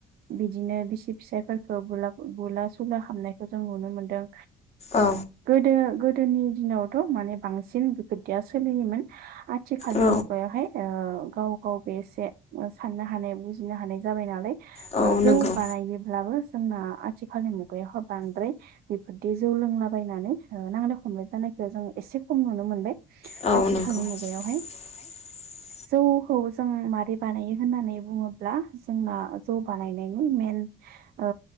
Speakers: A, on the right; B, on the left.
A: बिदिनो फिसायफोरखौबुला बुला सुला खामनायखौ जों नुनो मोनदों
B: औ
A: गोदो गो दोनि दिनावथ' माने बांसिन बिफोरदिया सोलियोमोन आथिखालनि
B: औ
A: मुगायावहाय ओ गाव गावबो एसे साननो हानाय बुजिनो हानाय जाबाय नालाय
B: औ
A: ओ जौ
B: नंगौ
A: बानाय ब्लाबो जोंना आथिखालनि मुगायावहाय बांद्राय बेफोरदि जौ लोंलाबायनानै ओ नांलाय खम लाय जानायखो जों एसे खम नुनो मोनबाय
B: औ
A: आथिखालनि
B: नंगौ
A: मुगायावहाय।
B: <unintelligible>
A: जौखौ जों मारै बानायो होननानै बुङोब्ला जोंना जौ बानायनायनि मेन ओ